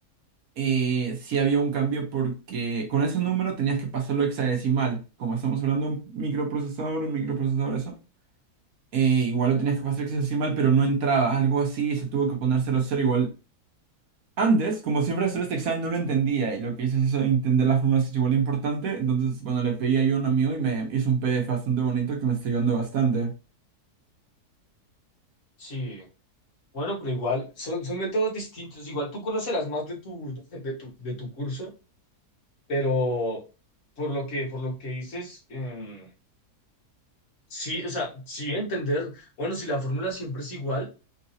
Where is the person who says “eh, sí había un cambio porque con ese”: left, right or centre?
Right